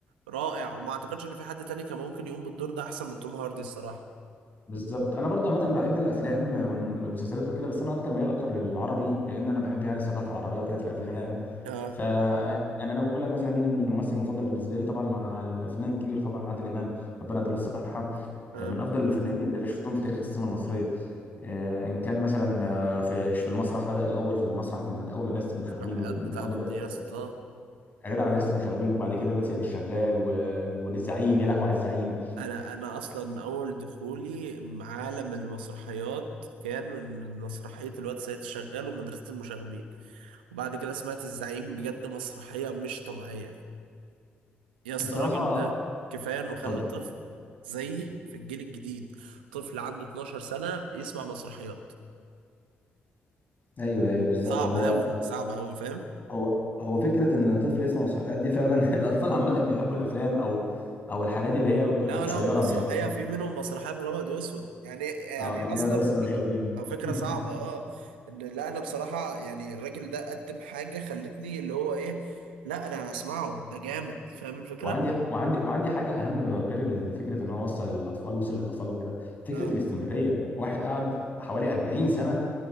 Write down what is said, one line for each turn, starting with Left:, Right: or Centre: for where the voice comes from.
Right: رائع وما اعتقدش ان في حد تاني كان ممكن يقوم بالدور ده احسن من توم هاردي الصراحه
Left: بالظبط انا برضه عامه بحب الافلام والمسلسلات وكده بس انا اكتر ميال اكتر للعربي لان انا بحب يعني الثقافه العربيه وكده في الافلام
Right: اه
Left: ف يعني انا بقول لك مثلا مين الممثل المفضل بالنسبه لي طبعا مع الفنان الكبير طبعا عادل امام ربنا يديله الصحه
Right: اه
Left: آه، من افضل الفنانين اللي شفتهم في تاريخ السينما المصريه آه، ان كان مثلا آه، في في المسرح بدا الاول في المسرح من اول مدرسه المشاغبين
Right: التحقيقات
Left: ومن-
Right: بتاعته
Left: من اول مدرسه
Right: دي يا اسطى
Left: جدع مدرسه المشاغبين وبعد كده الواد سيد الشغال و... والزعيم يا لهوي على الزعيم
Right: انا انا اصلا اول دخولي عالم المسرحيات كان من مسرحيه الواد سيد شغال ومدرسه المشاغبين وبعد كده سمعت الزعيم بجد مسرحيه مش طبيعيه يا اسطى
Left: بصراحه
Right: الراجل ده كفايه انه
Left: اتفضل
Right: خلى طفل زيي في الجيل الجديد طفل عنده 12 سنه يسمع مسرحيات
Left: ايوه ايوه بالظبط
Right: صعبه
Left: هو
Right: قوي صعبه قوي فاهم
Left: هو هو فكره ان الطفل يسمع نصيحات دي فعلا <laughs> الاطفال عامه بيحبوا الافلام او او الحاجات اللي هي القصيره
Right: لا لا ومسرحيه
Left: مش الحاجات
Right: في منهم مسرحيه بالابيض واسود يعني يعني
Left: اه اللي
Right: اصلا
Left: هي مدرسه المشاغبين
Right: فك- أو فكره
Left: <laughs>
Right: صعبه اه ان لا انا بصراحه يعني الراجل ده قدم حاجه خلتني اللي هو ايه لا انا هسمعه ده جامد فاهم الفكره
Left: وعندي وعندي وعندي حاجه اهم من غير فكره ان هو وصل للاطفال وصل للاطفال وكده فكره
Right: اه
Left: الاستمراريه واحد قعد حوالي 40 سنه